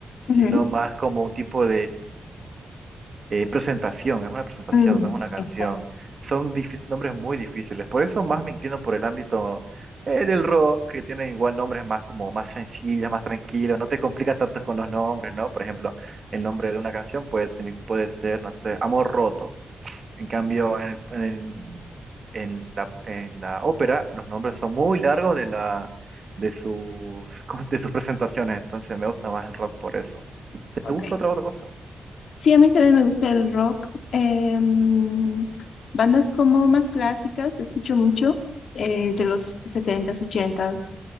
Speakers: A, on the left (about 80°); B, on the right (about 45°).
A: Ujú,
B: sino más como un tipo eh, presentación, es una presentación,
A: ujú,
B: no es una canción.
A: Exacto.
B: Son difí- nombres muy difíciles. Por eso más me inclino por el ámbito eh, del rock, que tienen igual nombres más como más sencillos, más tranquilos. No te complicas tanto con los nombres, ¿no? Por ejemplo, el nombre de una canción puede, signif- puede ser, no sé, Amor Roto. En cambio, en el- en el- en la, en la ópera, los nombres son muy largos de la de sus <laughs> de sus presentaciones. Entonces me gusta más el rock por eso. ¿Te
A: Ok.
B: gusta otra otra cosa?
A: Sí, a mí también me gusta el rock. Em, bandas como más clásicas, escucho mucho, eh, de los 70 ochentas